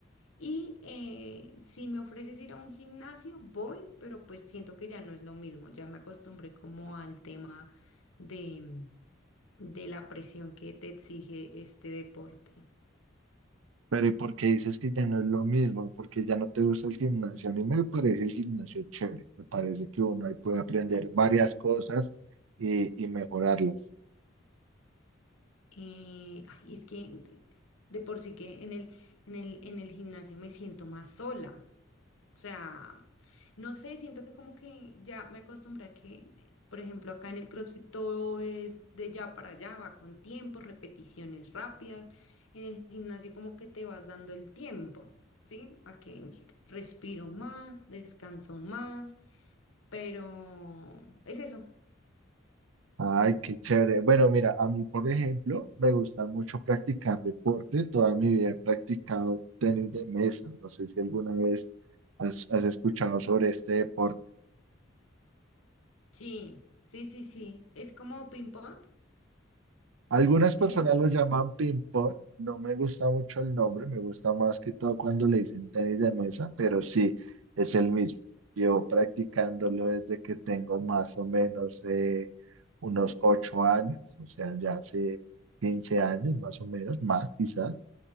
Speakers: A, on the left; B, on the right.
A: Y eh, si me ofreces ir a un gimnasio, voy, pero pues siento que ya no es lo mismo. Ya me acostumbré como al tema de, de la presión que te exige este deporte.
B: Pero ¿y por qué dices que ya no es lo mismo? Porque ya no te gusta el gimnasio. A mí me parece el gimnasio chévere. Me parece que uno ahí puede aprender varias cosas y, y mejorarlas.
A: Eh, ay, es que de por sí que en el, en el, en el gimnasio me siento más sola. O sea, no sé, siento que como que ya me acostumbré a que, por ejemplo, acá en el CrossFit todo es de ya para allá, va con tiempo, repeticiones rápidas. En el gimnasio como que te vas dando el tiempo, ¿sí? A que respiro más, descanso más, pero es eso.
B: Ay, qué chévere. Bueno, mira, a mí, por ejemplo, me gusta mucho practicar deporte. Toda mi vida he practicado tenis de mesa. No sé si alguna vez has has escuchado sobre este deporte.
A: Sí, sí, sí, sí. Es como ping-pong,
B: Algunas personas
A: es el mismo.
B: lo llaman ping pong, no me gusta mucho el nombre, me gusta más que todo cuando le dicen tenis de mesa, pero sí, es el mismo. Llevo practicándolo desde que tengo más o menos eh, unos ocho años, o sea, ya hace 15 años más o menos, más quizás.